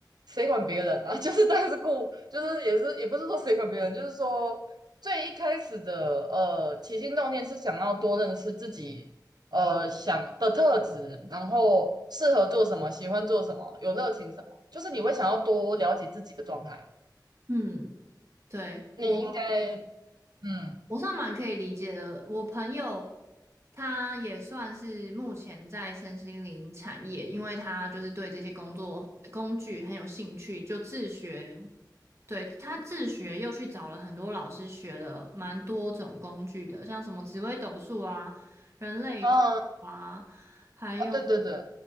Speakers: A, on the right (about 65°); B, on the right (about 40°).
A: 谁管别人啊，<laughs> 就是但是顾，就是也是也不是说谁管别人，就是说最一开始的呃起心动念是想要多认识自己呃想的特质，然后适合做什么，喜欢做什么，有热情什么，就是你会想要多了解自己的状态。
B: 嗯，对，
A: 你应该
B: 我
A: 嗯
B: 我算蛮可以理解的。我朋友他也算是目前在身心灵产业，因为他就是对这些工作工具很有兴趣，就自学。对，他自学又去找了很多老师学了蛮多种工具的，像什么紫微斗数啊、人类图。
A: 嗯
B: 啊。还有
A: 啊，对对对